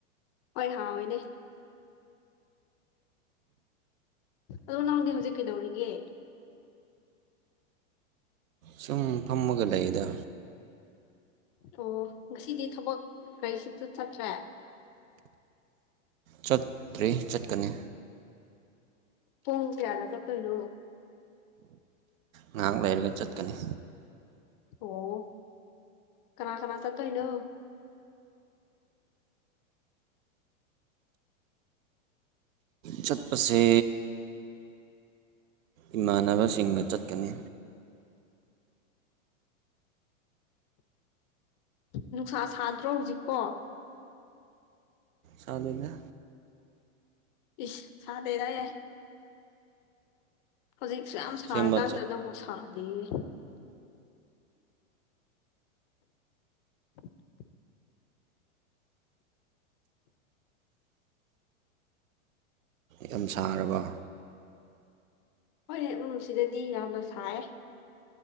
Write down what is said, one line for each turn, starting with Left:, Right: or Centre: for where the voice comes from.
Left: ꯍꯣꯏ ꯍꯥꯎꯑꯣꯏꯅꯦ ꯑꯣ ꯅꯪꯗꯤ ꯍꯧꯖꯤꯛ ꯀꯩꯗꯧꯔꯤꯒꯦ
Right: ꯁꯨꯝ ꯐꯝꯃꯒ ꯂꯩꯗ
Left: ꯑꯣ ꯉꯁꯤꯗꯤ ꯊꯕꯛ ꯀꯔꯤꯁꯨ ꯆꯠꯇ꯭ꯔꯦ
Right: ꯆꯠꯇ꯭ꯔꯔꯤ ꯆꯠꯀꯅꯤ
Left: ꯄꯨꯡ ꯀꯥꯌꯥꯗ ꯆꯠꯇꯨꯏꯅꯣ
Right: ꯉꯥꯏꯍꯥꯛ ꯂꯩꯔꯒ ꯆꯠꯀꯅꯤ
Left: ꯑꯣ ꯀꯅꯥ ꯀꯅꯥ ꯆꯠꯇꯣꯏꯅꯣ
Right: ꯆꯠꯄꯁꯦ ꯏꯃꯥꯟꯅꯕꯁꯤꯡꯒ ꯆꯠꯀꯅꯤ
Left: ꯅꯨꯡꯁꯥ ꯁꯥꯗ꯭ꯔꯣ ꯍꯧꯖꯤꯛꯄꯣ
Right: ꯁꯗꯦꯗꯥ
Left: ꯏꯁ ꯁꯥꯗꯩꯗ ꯍꯥꯏ ꯂꯩ ꯍꯧꯖꯤꯛꯁꯦ ꯌꯥꯝ ꯁꯥꯔꯀꯥꯟꯗ
Right: ꯑꯁꯦꯡꯕ
Left: ꯅꯪꯕꯨ ꯁꯥꯗꯦꯌꯦ <unintelligible>
Right: ꯌꯥꯝ ꯁꯥꯔꯕ
Left: ꯍꯣꯏꯅꯦ ꯎꯝ ꯁꯤꯗꯗꯤ ꯌꯥꯝꯅ ꯁꯥꯏ